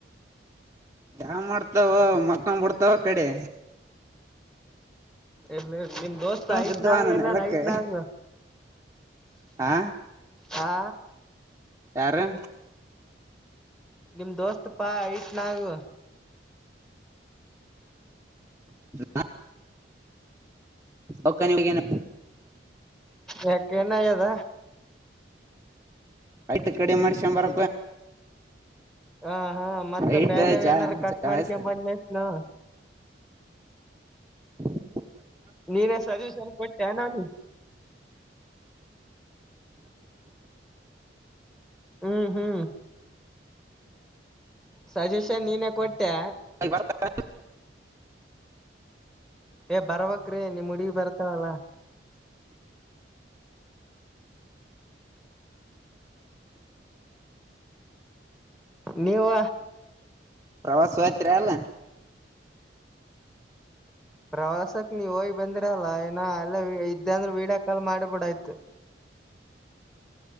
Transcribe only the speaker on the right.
ಯಾವ ಮಾಡ್ತಾವ ಮಕ್ಕ ಬಿಡ್ತಾವ ಕಡೆ
ಬಿದ್ದವ
ನನ್
ನೆಲಕ್ಕೆ
ಹಾ
ಯಾರು
ಹ ಒಕ ನಿ ಬಗಏನ
ಆಯ್ಕಡೆ ಮಾಡ್ಸಕೊ ಬರ
ಐಟ್
ಜಾ
ಜಾಸ್ತಿ
ಹ
ಹ ಬರ್ತ <unintelligible>
ಪ್ರವಾಸ ಹಯ್ತ್ ಅಲ್ಲ